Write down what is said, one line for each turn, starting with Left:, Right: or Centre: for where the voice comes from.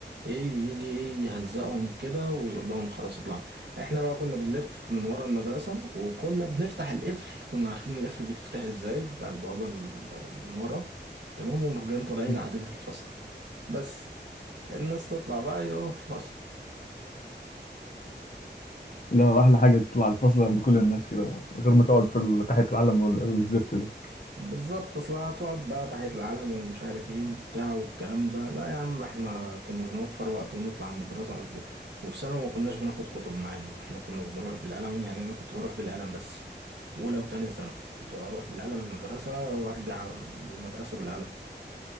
Right: ايه يجي ايه يهزقهم كده ويقول لهم خلاص اطلعوا احنا بقى كنا بنلف من ورا المدرسة وكنا بنفتح القفل كنا عارفين القفل بيتفتح ازاي بتاع البوابة ال- من ورا تمام ومجان طالعين
Left: مم.
Right: قاعدين في الفصل بس الناس تطلع بقى يلاقوهم في فصل
Left: لا احلى حاجه تطلع الفصل عند كل الناس كده من غير ما تقعد في ال- تحت العلم وال- والزفت ده
Right: بالظبط اصل هتقعد بقى تحية العلم ومش عارف ايه وبتاع والكلام ده لا يا عم احنا كنا بنوفر وقت ونطلع من الدراسة على طول وفي ثانوي ما كناش بناخد كتب معانا احنا كنا بنروح بالقلم يعني انا كنت بروح بالقلم بس اولى وتانية ثانوي كنت اروح بالقلم المدرسة وارجع من المدرسة بالقلم